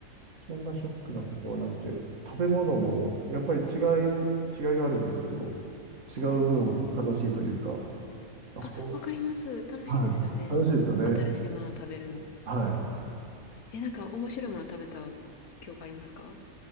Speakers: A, on the right (about 60°); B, on the left (about 80°).
A: そんなショックなことはなくて、食べ物もやっぱり違う、違いがあるんですけど、違う分楽しいというか、
B: ーはい。
A: あそこ、
B: あ、わかります。楽しいですよね。
A: はい、楽しいですよね。
B: 新しいものを食べるの。
A: はい。
B: え、なんか面白いものを食べた記憶ありますか